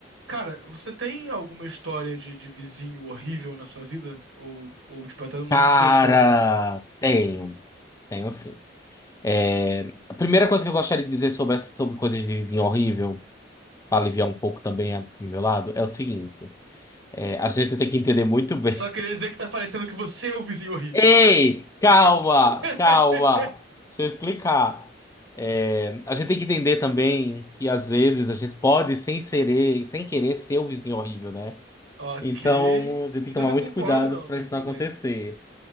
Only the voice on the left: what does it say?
Cara,
tenho, tenho sim. É, a primeira coisa que eu gostaria de dizer sobre, essa- sobre coisas de vizinho horrível, para aliviar um pouco também a- do meu lado, é o seguinte: é, a gente tem que entender muito bem.
<laughs> Ei, calma,
calma, deixa eu explicar. É, a gente tem que entender também que às vezes a gente pode, sem querer, sem querer, ser o vizinho horrível, né?
Então, a gente tem
que tomar
muito
cuidado
para
isso
não acontecer.